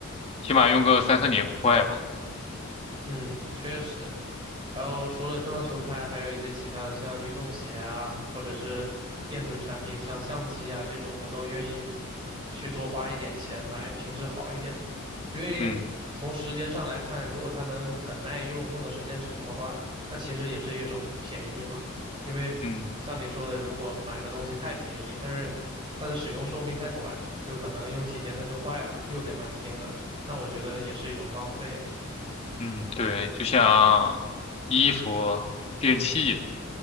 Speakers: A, on the left; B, on the right.
A: 起码用个三四年不坏吧。
B: 嗯，确实。然后除了乒乓球拍，还有一些其他的，像运动鞋啊，或者是电子产品，像相机啊这种，我都愿意去多花一点钱买品质好一点的。因为从时间上来看，
A: 嗯
B: 如果它能很耐用，用的时间长的话，那其实也是一种便宜嘛。因为像你说的，
A: 嗯
B: 如果买的东西太便宜，但是它的使用寿命太短，就可能用几天它就坏了，又得买新的，那我觉得也是一种浪费了。
A: 嗯，对，就像衣服、电器